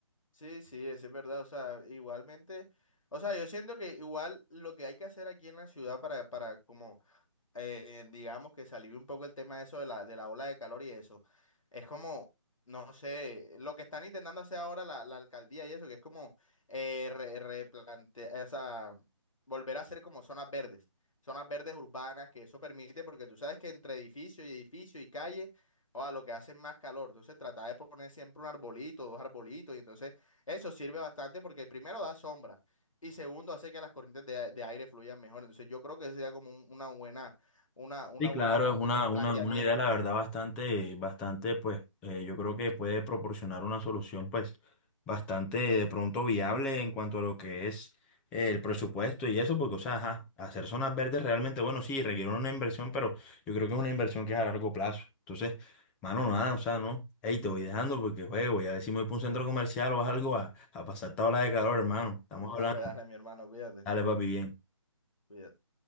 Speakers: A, on the left; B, in the centre.
A: Sí, sí, eso es verdad. O sea, igualmente, o sea, yo siento que igual lo que hay que hacer aquí en la ciudad para, para como eh, digamos que se alivie un poco el tema de eso de la, de la ola de calor y eso. Es como, no sé, lo que están intentando hacer ahora la, la alcaldía y eso, que es como eh, re- replantear, o sea, volver a hacer como zonas verdes, zonas verdes urbanas, que eso permite, porque tú sabes que entre edificio y edificio y calle, o lo que hace es más calor. Entonces, trata de poner siempre un arbolito, dos arbolitos, y entonces eso sirve bastante porque primero da sombra. Y segundo, hace que las corrientes de, a- de aire fluyan mejor. Entonces, yo creo que eso sería como un- una buena, una, una
B: Sí,
A: buena,
B: claro, es
A: o
B: una,
A: sea, planteamiento.
B: una, una idea, la verdad, bastante, bastante, pues, eh, yo creo que puede proporcionar una solución, pues, bastante de pronto viable en cuanto a lo que es eh, el presupuesto y eso, porque, o sea, ajá, hacer zonas verdes realmente, bueno, sí, requiere una inversión, pero yo creo que es una inversión que es a largo plazo. Entonces, mano, nada, o sea, no, hey, te voy dejando porque juego, y a ver si me voy para un centro comercial o algo a, a pasar esta ola de calor, hermano.
A: <laughs>
B: Estamos
A: Dale,
B: hablando,
A: dale, mi hermano, cuídate,
B: dale, papi, bien.
A: cuídate.